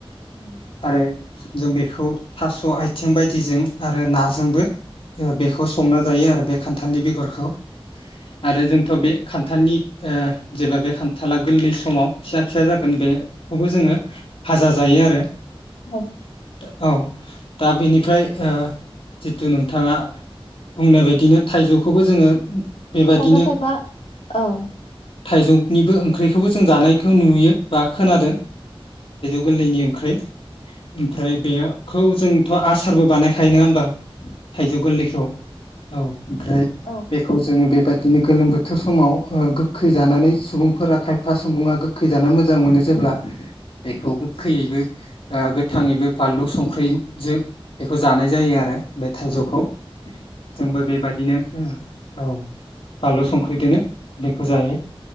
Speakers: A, on the left (about 85°); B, on the left (about 65°).
A: औ
B: आरो जों बेखौ थास' आइथिं बायदिजों आरो नाजों जोंबो ओ बेखौ संना जायो आरो बे खान्थालनि बेगरखौ आरो जोंथ' बे खान खान्थालनि ओ जेब्ला बे खान्थाला गोल्लै समाव फिसा फिसा जागोन बे खौबो जोङो फाजा जायो आरो
A: औ
B: दा औ दा बेनिफ्राय ओ जिथु नोंथाङा बुंनाय बायदिनो थाइजौखौबो जोङो बेबायदिनो
A: खायफा खायफा औ
B: थाइजौनिबो ओंख्रिखौबो जों जानायखौ नुयो। बा खोनादों। गोरलैनि ओंख्रै ओमफ्राय बेयो खौ जोंथ' आसारबो बानायखायो नोङा होमबा? थाइजौ गोरलैखौ औ ओमफ्राय
A: औ
B: बेखौ जोङो बेबाद दिनो गोलोम बोथोर समाव ओ गोखै जानानै सुबुंफोरा खायफा सुबुङा गोखै जानो मोजां मोनो जेब्ला बेखौ गोखैयैबो ओ गोथाङैबो फानलु संख्रि फै जो बेखौ जानाय जायो आरो। बे थाइजौखौ जोंबो बेबादिनो उम औ बानलु संख्रि दोनो बेखौ जायो।